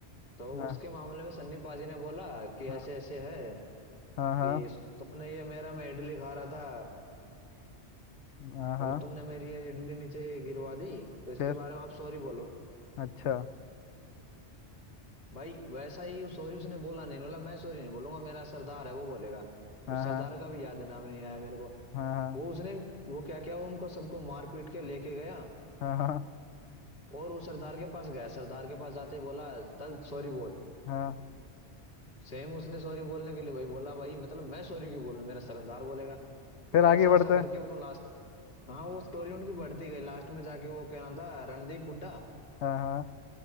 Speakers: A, on the left; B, on the left.
A: तो
B: हाँ
A: उसके मामले में सन्नी पाजी ने बोला कि
B: हाँ
A: ऐसे ऐसे है
B: हाँ हाँ
A: कि तुमने ये मेरा मैं इडली खा रहा था
B: हाँ हाँ,
A: और तुमने मेरी ये इडली नीचे गिरवा दी तो इसके
B: फिर
A: बारे में आप सॉरी बोलो
B: अच्छा
A: भाई वैसा ही सॉरी उसने बोला नहीं बोला मैं सॉरी नहीं बोलूंगा मेरा सरदार है वो बोलेगा
B: हाँ
A: उस सरदार
B: हाँ
A: का भी याद नाम नहीं आया मेरे को
B: हाँ हाँ
A: वो उसने वो क्या क्या उनको सबको मार पीट के लेके गया
B: हाँ हाँ
A: और उस सरदार के पास गया सरदार के पास जाते ही बोला चल सॉरी बोल
B: हाँ।
A: सेम उसने सॉरी बोलने के लिए भाई बोला भाई मतलब मैं सॉरी क्यों बोलूं मेरा सरदार बोलेगा
B: फिर
A: वह
B: आगे
A: ऐसा
B: बढ़ता
A: ऐसा करके
B: है
A: वो लास्ट हाँ वो स्टोरी उनकी बढ़ती गई लास्ट में जाके वो क्या नाम था रणदीप हुड्डा
B: हाँ हाँ